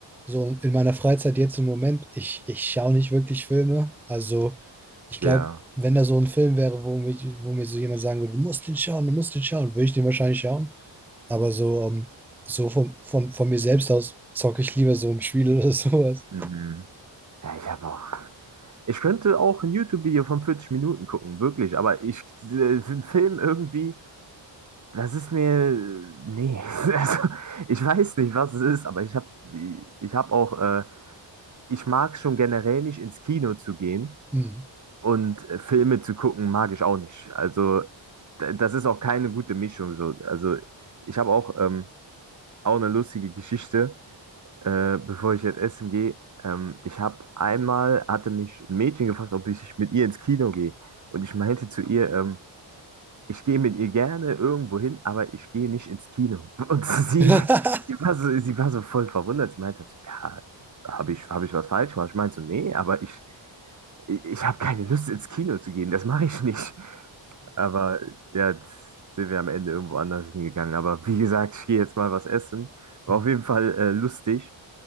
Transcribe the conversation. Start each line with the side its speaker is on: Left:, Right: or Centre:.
Centre: so in meiner Freizeit jetzt im Moment, ich, ich schaue nicht wirklich Filme. Also ich glaube,
Right: Ja.
Centre: wenn da so ein Film wäre, wo, mich, wo mir so jemand sagen würde, du musst den schauen, du musst den schauen, würde ich den wahrscheinlich schauen. Aber so, ähm, so von, von, von mir selbst aus zocke ich lieber so ein Spiel oder sowas.
Right: Mhm. Ja, ich habe auch. Ich könnte auch ein YouTube-Video von 40 Minuten gucken, wirklich, aber ich, äh, den Film irgendwie, Das ist mir, nee, <laughs> also ich weiß nicht, was es ist, aber ich habe ich habe auch, äh, ich mag schon generell nicht ins Kino zu gehen
Centre: Hm.
Right: und äh, Filme zu gucken, mag ich auch nicht. Also d- das ist auch keine gute Mischung so. Also ich habe auch, ähm, auch eine lustige Geschichte, äh, bevor ich jetzt essen gehe. Ähm, ich habe einmal, hatte mich ein Mädchen gefragt, ob ich mit ihr ins Kino gehe. Und ich meinte zu ihr, ähm, ich gehe mit ihr gerne irgendwo hin, aber ich gehe nicht ins Kino. Und <laughs> sie,
Centre: <laughs>
Right: sie war so, sie war so voll verwundert. Sie meinte halt so, ja, habe ich, hab ich was falsch gemacht? Ich meinte so, nee, aber ich, ich habe keine Lust ins Kino zu gehen, das mache ich nicht. Aber ja, jetzt sind wir am Ende irgendwo anders hingegangen. Aber wie gesagt, ich gehe jetzt mal was essen. War
Centre: Hm.
Right: auf jeden Fall äh, lustig.